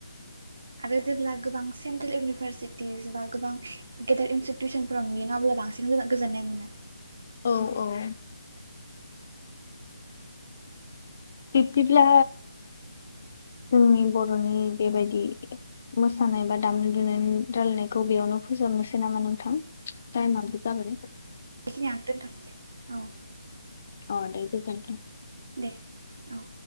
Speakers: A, on the right; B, on the left.
A: आरो जेब्ला गोबां सेन्ट्रेल इउनिभारसिटिस बा गोबां गेदेर इनस्टिटिउसनफोराव नुयो ना अब्ला बांसिन गोजोननाय मोनो
B: औ औ बिब्दिब्ला जोंनि बर'नि बेबायदि मोसानाय बा दामनाय दुनाय रायलायनायखौ बेयावनो फोजोबनोसै नामा नोंथां तायिमाबो जाबाय
A: बेखिनि आ दोनथ'नोसै औ
B: अ दे गोजोनथों
A: दे औ